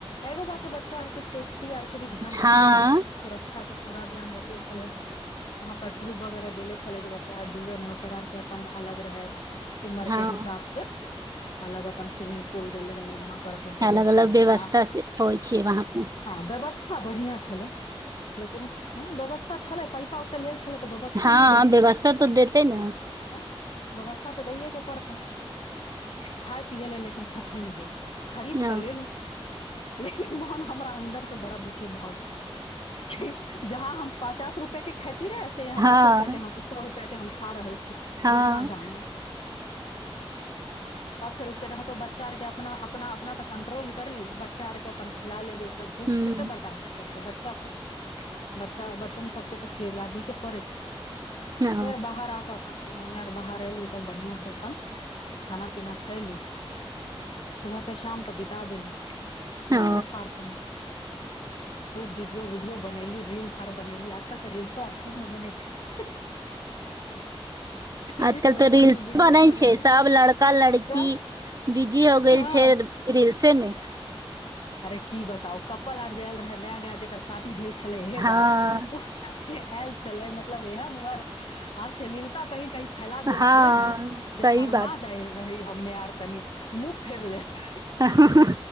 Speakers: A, on the left; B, on the right.
A: एगो बाक बच्चा आके सर्फ आर के भी ध्यान
B: हँ
A: रखले रहै सुरक्षा के पूरा ध्यान रखले छलै वहाँ परट्यूब वगैरह देले छले जे बच्चा डूबै नहि ओकर आर के अपन अलग रहै उमर
B: हँ
A: के हिसाबसँ अलग अपन स्विमिंग बोल देल रहे वहाँ पर अपन करते
B: अलग अलग व्यवस्था
A: वहाँ
B: होइ छै वहाँपे
A: व्यवस्था हँ बढ़िआँ छल लेकिन ववस्ा त छलै पैसा ओते लेल छलै तऽ व्यवस्थो
B: हँ
A: नहि देतै
B: व्यवस्था तऽ देते ने
A: एँ व्यवस्था तऽ दैए के पड़तै खाय पियए ला लेकिन छनिि गेलहु खरीद
B: ओ
A: तऽ लेलू लेकिन मोहन हमरा अन्दर से बड़ा दुखी भऽ गेल कि जहाँ हम पचास रुपए के खेच य
B: हँ
A: दस रूप के सए रुपआ के हम खा रहल छी
B: हँ
A: दुूगुना दाम त फेर उक रहह तो बच्च बच्चा के अपना अपना अपना के कंट्रोल करली बच्चा आरके अपन खिला लेलियै ओकरा भूख
B: हूं
A: कते बर्दाश्त करतै बा बच्चा सब बच्चा बच्चन सबके तऽ खेल आबी के पड़ै छै
B: ओ
A: फेर बाहर आ कऽ अपन अपन फेन हमे आर बाहर एयली तब बढ़िआं से अपन खाना पीना खयली सुबह से शाम तऽ बित देली वॉटर
B: ओ
A: पार्क मे खूब भीडियो वडियो बनैली रल्स आर बनैली आजकल तऽ रल्सो आर खूब ने बनै छै रील्स
B: आजकल
A: बनेली
B: तऽ रील्स
A: वीडियो
B: बनै
A: बनैली
B: छै सब लड़का लड़की
A: तऽ
B: बीजी हो गेल
A: हँ
B: छै रीलसे मे
A: अरे की बताउ कपल आर जायल रहै नया नया जकर शां भेल छलै इहे
B: हँ
A: बात ओ जे आयल छलै मतलब एहन ओर अशलीलता कही कही फैला देल
B: हँ
A: छलै ने जे
B: सही
A: शरमा
B: बात
A: जाय रही हमे आर तनी मुह फेरलेत
B: हँ